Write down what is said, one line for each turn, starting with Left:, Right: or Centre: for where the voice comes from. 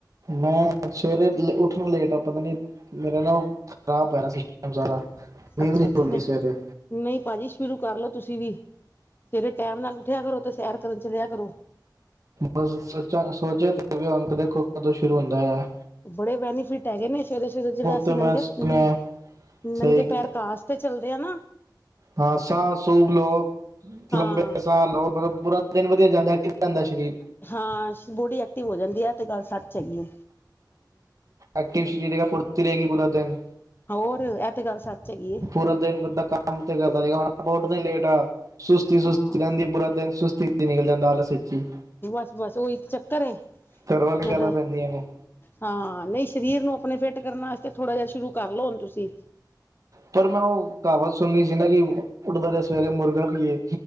Right: ਮੈਂ ਸਵੇਰੇ ਉੱਠਣਾ ਲੇਟ ਆ ਪਤਾ ਨੀ ਮੇਰਾ ਨਾਲ ਖਰਾਬ ਪੈਹਾ ਸਿਸਟਮ ਸਾਰਾ ਨੀਂਦ
Left: ਅੱਛਾ
Right: ਨਹੀਂ
Left: -ਅੱਛਾ
Right: ਖੁੱਲਦੀ
Left: ਨਹੀਂ-
Right: ਸਵੇਰੇ
Left: ਨਹੀਂ ਭਾਜੀ ਸ਼ੁਰੂ ਕਰਲੋ। ਤੁਸੀਂ ਵੀ ਸਵੇਰੇ ਟੈਮ ਨਾਲ ਉੱਠਿਆ ਕਰੋ ਤੇ ਸੈਰ ਕਰਨ ਚੱਲਿਆ ਕਰੋ।
Right: ਬਸ ਸੋਚਾਂ ਸੋਚਿਆ ਤੇ ਹੁਣ ਦੇਖੋ ਕਦੋਂ ਸ਼ੁਰੂ ਹੁੰਦਾ ਆ।
Left: ਬੜੇ ਬੈਨੀਫਿਟ ਹੈਗੇ ਨੇ। ਸਵੇਰੇ -ਸਵੇਰੇ ਜਿਹੜਾ
Right: ਉਹ
Left: ਅਸੀਂ
Right: ਤੇ
Left: ਨੰਗੇ-
Right: ਮੈਂ ਸੁਣਿਆ
Left: ਨੰਗੇ
Right: ਸਹੀ
Left: ਪੈਰ ਘਾਸ ਤੇ ਚੱਲਦੇ ਹਨਾ।
Right: ਹਾਂ ਸਾਹ ਸੂਬ ਲਓ
Left: ਹਾਂ
Right: ਲੰਬੇ ਸਾਹ ਲਓ ਮਤਲਬ ਬੁਰਾ ਦਿਨ ਵਧੀਆ ਜਾਂਦਾ। <unintelligible> ਜਾਂਦਾ ਸਰੀਰ
Left: ਹਾਂ ਬੋਡੀ ਐਕਟਿਵ ਹੋ ਜਾਂਦੀ ਹੈ ਤੇ ਗੱਲ ਸੱਚ ਹੈਗੀ ਆ।
Right: ਅੱਗੇ ਸਰੀਰ ਫੁਰਤੀ ਰਹੇਗੀ ਪੂਰਾ ਦਿਨ
Left: ਹੋਰ ਇਹ ਤੇ ਗੱਲ ਸੱਚ ਹੈਗੀ ਹੈ
Right: ਪੂਰਾ ਦਿਨ ਬੰਦਾ ਕੰਮ ਤੇ ਕਰਦਾ ਨ ਲੇਟ ਆ ਸੁਸਤੀ ਸੁਸ
Left: ਹਾਂ
Right: ਰਹਿੰਦੀ ਬੁਰਾ ਦਿਨ ਸੁਸਤੀ ਨਿਕਲ ਜਾਂਦਾ ਆਲਸ ਵਿੱਚ ਹੀ
Left: ਬਸ -ਬਸ ਓਹੀ ਚੱਕਰ ਏ
Right: ਘਰ ਵਾਲੀ
Left: ਜਦ
Right: ਗੱਲਾਂ ਪੈਂਦੀਆਂ ਨੇ
Left: ਹਾਂ ਨਹੀਂ ਸਰੀਰ ਨੂੰ ਆਪਣੇ ਫਿੱਟ ਕਰਨ ਵਾਸਤੇ ਥੋੜ੍ਹਾ ਜਿਹਾ ਸ਼ੁਰੂ ਕਰ ਲਓੁ ਤੁਸੀਂ
Right: ਪਰ ਮੈਂ ਉਹ ਕਹਾਵਤ ਸੁਣਨੀ ਸੀ ਨਾ ਕਿ ਉੱਠਦਾ ਰਿਹਾ ਸਵੇਰੇ ਮੁਰਗਾ ਵੀ ਏ।